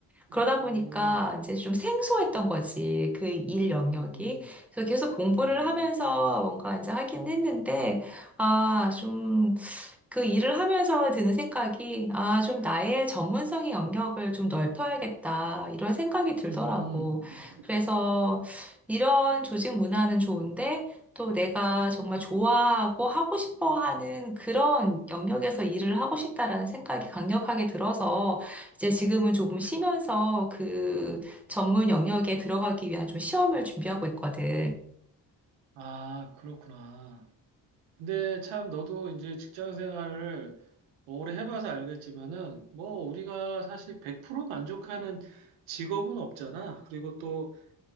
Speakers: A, in the centre; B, on the right.
A: 그러다
B: 음,
A: 보니까
B: 음,
A: 이제 좀 생소했던 거지, 그 일 영역이.
B: 음,
A: 그래서 계속 공부를
B: 음.
A: 하면서 뭔가 이제 하긴 했는데, 아, 좀 그 일을 하면서 드는 생각이, 아, 좀 나의 전문성의 영역을 좀 넓혀야겠다, 이런 생각이 들더라고.
B: 음,
A: 그래서 이런 조직 문화는 좋은데, 또 내가 정말 좋아하고 하고 싶어 하는 그런 영역에서 일을 하고 싶다라는 생각이 강력하게 들어서, 이제 지금은 조금 쉬면서 그 전문 영역에 들어가기 위한 좀 시험을 준비하고 있거든.
B: 아, 그렇구나. 근데 참 너도 이제 직장 생활을 오래 해봐서 알겠지만은 뭐 우리가 사실 100% 만족하는 직업은 없잖아. 그리고 또